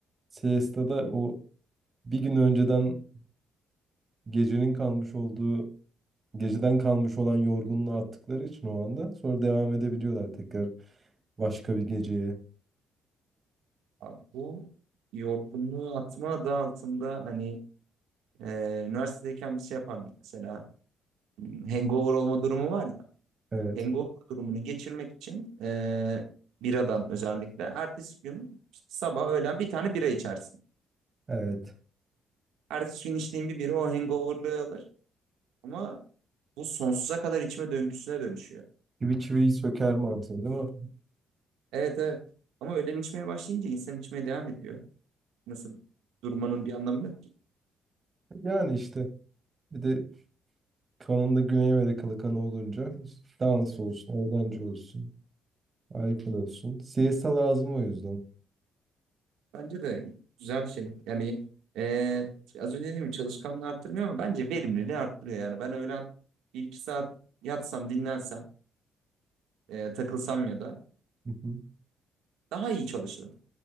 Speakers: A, on the right; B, on the right.
A: Siesta'da o bir gün önceden gecenin kalmış olduğu, geceden kalmış olan yorgunluğu attıkları için o anda sonra devam edebiliyorlar tekrar başka bir geceye.
B: Abi bu yorgunluğu atma adı altında hani e, üniversitedeyken bir şey yapardık mesela. hmm, Hangover olma durumu var ya.
A: Evet,
B: Hangover durumunu geçirmek için e, biradan özellikle ertesi gün sabah öğlen bir tane bira içersin.
A: evet.
B: Ertesi gün içtiğin bir bira o hangoverlığı alır. Ama bu sonsuza kadar içme döngüsüne dönüşüyor.
A: Çivi çiviyi söker mantığı değil mi?
B: Evet evet. Ama öğlen içmeye başlayınca insan içmeye devam ediyor. Nasıl durmanın bir anlamı yok.
A: Yani işte bir de kanında Güney Amerikalı kanı olunca dans olsun, eğlence olsun, alkol olsun. Siesta lazım o yüzden.
B: Bence de güzel şey. Yani e, az önce dediğim gibi çalışkanlığı arttırmıyor ama bence verimliliği arttırıyor. Yani ben öğlen bir iki saat yatsam, dinlensem, e, takılsam ya da
A: Hı hı.
B: daha iyi çalışırım.